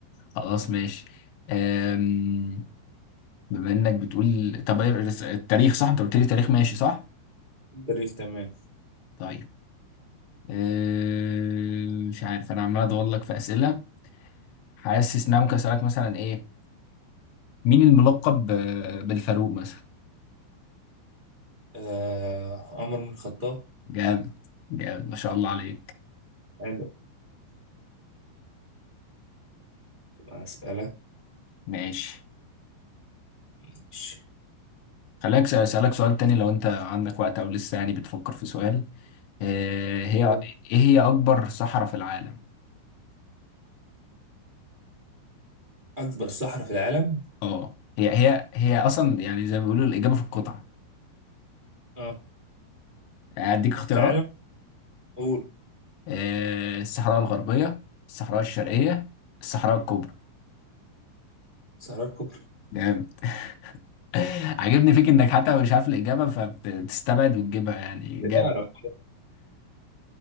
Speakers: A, on the left (about 85°); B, on the right (about 45°).
A: خلاص ماشي أم... بما انك بتقول طب إيه الرس- التاريخ صح انت قلت لي تاريخ ماشي صح
B: التاريخ تمام
A: طيب أم... مش عارف انا عمال ادور لك في اسئله حاسس ان انا ممكن اسالك مثلا ايه مين الملقب ب- بالفاروق مثلا
B: آه عمر بن الخطاب
A: جامد جامد ما شاء الله عليك
B: حلو أسألك
A: ماشي
B: ماشي.
A: خليني أكس- اسالك سؤال تاني لو انت عندك وقت او لسه يعني بتفكر في سؤال أه... هي
B: قول
A: ايه هي اكبر صحراء في العالم
B: أكبر صحراء في العالم
A: اه هي هي هي اصلا يعني زي ما بيقولوا الاجابه في القطعه
B: اه
A: اديك اختيارات
B: في العالم قول
A: آه، الصحراء الغربية الصحراء الشرقية الصحراء الكبرى
B: صحراء الكبرى
A: جامد <laughs> عاجبني فيك انك حتى مش عارف الإجابة فبتستبعد وتجيبها يعني
B: لا
A: جامد
B: أعرف